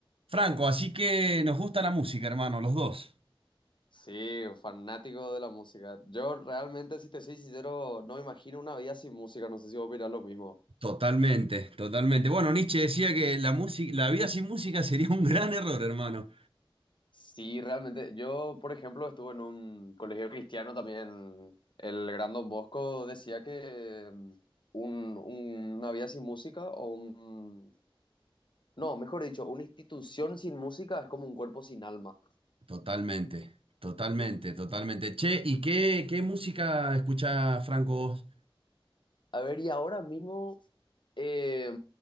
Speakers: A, on the right; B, on the left.
A: Franco, así que nos gusta la música, hermano, los dos.
B: Sí, fanático de la música. Yo realmente, si te soy sincero, no me imagino una vida sin música. No sé si vos opinás lo mismo.
A: Totalmente, totalmente. Bueno, Nietzsche decía que la música, la vida sin música sería un gran error, hermano.
B: Sí, realmente. Yo, por ejemplo, estuve en un colegio cristiano también. El gran Don Bosco decía que mm, un- un- una vida sin música o un... No, mejor dicho, una institución sin música es como un cuerpo sin alma.
A: Totalmente, totalmente, totalmente. Che, ¿y qué, qué música escucha Franco vos?
B: A ver, y ahora mismo eh,